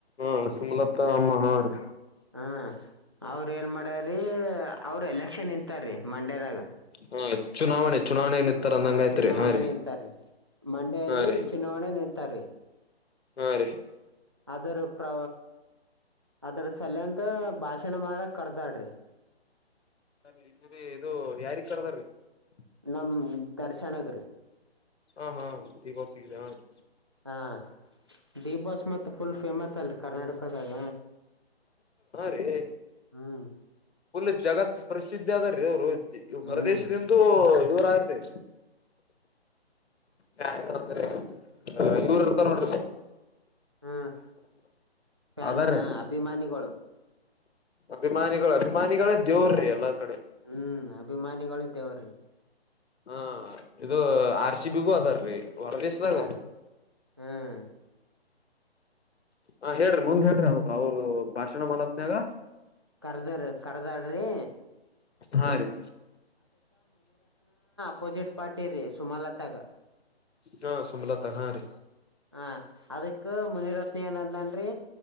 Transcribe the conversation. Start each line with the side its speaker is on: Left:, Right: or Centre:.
Left: ಹ ಸುಮಲತಾ ಅಮ್ಮಾರ್
Right: ಹ ಅವ್ರ ಏನ್ ಮಾಡ್ಯ್ರೀ ಅವ್ರ ಎಲೆಕ್ಷನ್ ಇಂತಾರೀ ಮಂಡ್ಯದಾಗ
Left: ಹಾ ಚುನಾವಣೆ ಚುನಾವಣೆ ನಿತ್ತಾರ ಅಂದಂಗ
Right: ಹಾ
Left: ಆಯ್ತ್ರಿ
Right: ಚುನಾವಣೆ
Left: ಹಾ ರೀ
Right: ನಿಂತಾರೆ ಮಂಡ್ಯಲ್ಲಿ
Left: ಹಾ ರೀ
Right: ಚುನಾವಣೆ ನಿಂತ ಹತಾರೆ
Left: ಹಾ ರೀ
Right: ಅದ್ರ ಪ್ರ ಅದ್ರ ಸಲ್ಲ ಅಂತ ಭಾಷಣ ಮಾಡಕ್ ಕಡ್ದಾಡ್ರಿ
Left: ಅರಿ ಇೀ ಇದು ಯಾರಿಗ್ ಕರ್ದೀ <unintelligible>
Right: ನಮ್ಮ ದರ್ಶನಗೆರ
Left: ಹಾ ಹಾ ಬಿಗ್ ಬಾಸ್ ಗೆ ಹಾ ರೀ
Right: ಹಾ ಬಿಡಿ ಬಾಸ್ ಮ ಫುಲ್ ಫೇಮಸ್ ಅಲ್ರಿ ಕರ್ನಾಟಕದಾಗ
Left: ರೀ
Right: ಹ್ಮ್
Left: ಲ್ ಜಗತ್ ಪ್ರಸಿದ್ಧಿ ಆದ ರೀ ಹೌದದು ಇ ಹೊರದೇಶದಂದು
Right: ಹ್ಮ್
Left: ಇರದ ಹ ಅಂದ್ರೆ ಇವ್ರ ಇರ್ತ ನೋಡ್ರೆ
Right: ಹ್ಮ ಫ್ಯಾನ್ಸ್
Left: ಅದಾರೀ
Right: ಹ ಅಭಿಮಾನಿಗಳು
Left: ಅಭಿಮಾನಿಗಳು ಅಭಿಮಾನಿಗಳೇ ದೇವ್ರಿ ಎಲ್ಲಾರ್ ಕಡೆ
Right: ಹ್ಮ್ ಅಭಿಮಾನಿಗಳು ಇದೇವ್ರಿ
Left: ಹಾ ಇದು ಆರ್ಶಿ ಬಿಗು ಅದಾರರಿ ಹೊರ ದಿವಸದಂಗ
Right: ಆರ್ ಹ್ಮ್
Left: ಹ ಹೇಳ್ರಿ ಮುಂದ್ ಹೇಳ್ರಿ ಅವರು ಅವ್ರು ಭಾಷಣ ಮಾಡತ್ನಯಾಗ
Right: ಕರ್ದಾರಿ ಕರ್ದಡ್ರಿ
Left: ಹಾ ರೀ
Right: ಅಪೋಜಿಟ್ ಪಾರ್ಟಿ ರ ಸೋಮಾಾಲತಾಗಾಗ
Left: ಹಾ ಸುಮಲತ ಹಾ ರೀ
Right: ಹಾ ಅದಕ್ಕೆ ಮುನಿರತ್ನ ಏನಂತನ್ರಿ